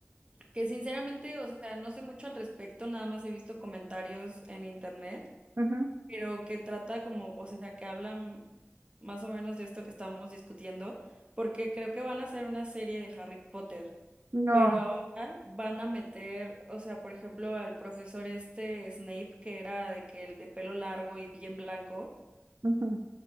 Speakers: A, on the right; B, on the right.
A: que sinceramente, o sea, no sé mucho al respecto, nada más he visto comentarios en internet,
B: Ujú,
A: pero que trata como, o sea, que hablan más o menos de esto que estamos discutiendo, porque creo que van a hacer una serie de Harry Potter.
B: No.
A: Pero ahora van a meter, o sea, por ejemplo, al profesor este Snape, que era de que el de pelo largo y bien blanco,
B: ujú.